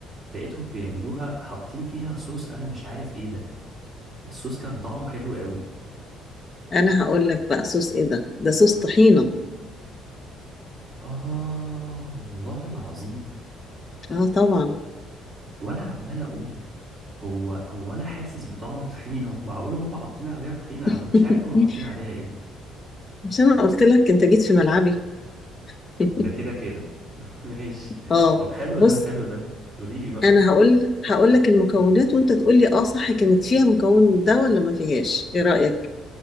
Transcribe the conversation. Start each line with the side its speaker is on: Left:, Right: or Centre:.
Right: لقيتهم بيعملوها حاطين فيها صوص انا مش عارف ايه ده الصوص كان طعمه حلو قوي
Left: انا هقول لك بقى صوص ايه ده ده صوص طحينة
Right: اه والله العظيم
Left: اه طبعا
Right: وانا عمال اقول هو هو انا حاسس بطعم طحينه معقول هم حاطين عليها طحينه انا ما
Left: <laughs>
Right: كنتش عارف هم حاطين عليها ايه
Left: مش انا قلت لك انت جيت في ملعبي <laughs>
Right: ده كده كده <laughs> ماشي
Left: اه
Right: طب حلو
Left: بص
Right: ده حلو ده قولي لي بقى
Left: انا هقول هقول لك المكونات وانت تقول لي اه صح كانت فيها مكون ده ولا ما فيهاش ايه رأيك